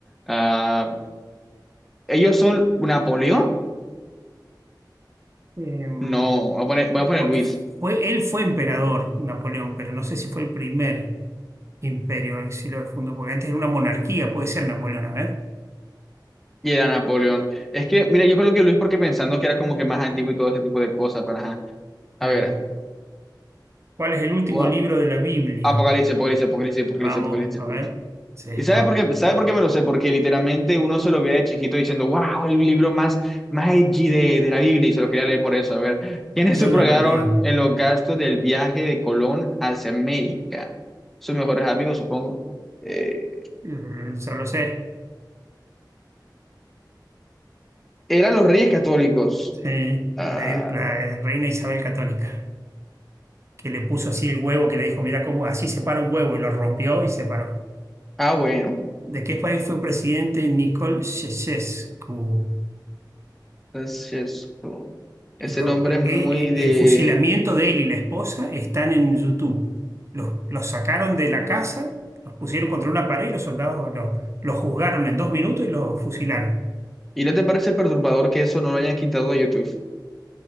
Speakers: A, in the centre; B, on the right.
A: Ah, ¿ellos son Napoleón?
B: Em,
A: No, voy a poner, voy a poner
B: porque
A: Luis,
B: fue, él fue emperador, Napoleón, pero no sé si fue el primer. Imperio, exilio de fondo, porque antes era una monarquía, puede ser Napoleón, a ver.
A: y era Napoleón. Es que, mira, yo creo que Luis porque pensando que era como que más antiguo y todo ese tipo de cosas, pero ajá.
B: Claro.
A: A ver,
B: ¿Cuál es el último
A: gua-
B: libro de la Biblia?
A: Apocalipsis, Apocalipsis, Apocalipsis, Apocalipsis,
B: Vamos,
A: Apocalipsis.
B: a ver. Sí,
A: ¿Y sabes
B: vamos.
A: por qué? ¿Sabe por qué me lo sé? Porque literalmente uno se lo veía de chiquito diciendo, wow, el libro más, más edgy de, de la Biblia, y se lo quería leer por eso. A ver, ¿quiénes
B: Yo
A: sufragaron
B: no lo leí,
A: en los gastos del viaje de Colón hacia América? Sus mejores amigos, supongo. Eh,
B: Mm, ya lo sé.
A: eran los reyes católicos.
B: Sí,
A: ah,
B: la, la reina Isabel Católica, que le puso así el huevo, que le dijo, mira cómo así se para un huevo, y lo rompió y se paró.
A: ah, bueno,
B: ¿De qué país fue presidente Nicole Ceausescu?
A: Francesco. Ese
B: lo-
A: nombre es
B: eh,
A: muy
B: eh,
A: de...
B: el fusilamiento de él y la esposa están en YouTube. Los, los sacaron de la casa, los pusieron contra una pared y los soldados los, los juzgaron en dos minutos y los fusilaron.
A: ¿Y no te parece perturbador que eso no lo hayan quitado de YouTube?